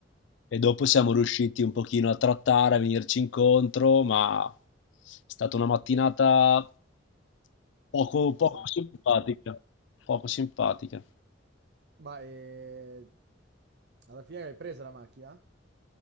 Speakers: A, on the left; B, on the right.
A: e dopo siamo riusciti un pochino a trattare, a venirci incontro, ma è stata una mattinata poco,
B: Intensa.
A: poco simpatica, poco simpatica.
B: Ma eh, alla fine hai preso la macchina?